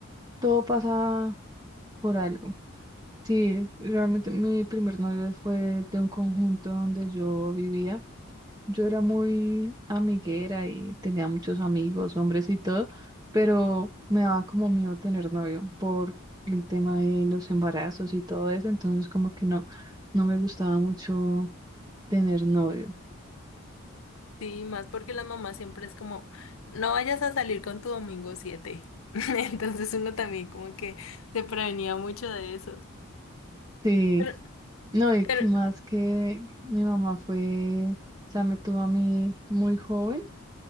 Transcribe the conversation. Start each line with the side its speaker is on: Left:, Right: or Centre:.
Right: todo pasa por algo. Sí, realmente mi primer novio fue de un conjunto donde yo vivía. Yo era muy amiguera y tenía muchos amigos, hombres y todo, pero me daba como miedo tener novio por el tema de los embarazos y todo eso, entonces como que no, no me gustaba mucho tener novio.
Left: Sí, más porque las mamás siempre es como, no vayas a salir con tu domingo siete <laughs> Entonces uno también como que se prevenía mucho de eso.
Right: Sí,
Left: Pero,
Right: no, y
Left: pero,
Right: que más que mi mamá fue, o sea, me tuvo a mí muy joven.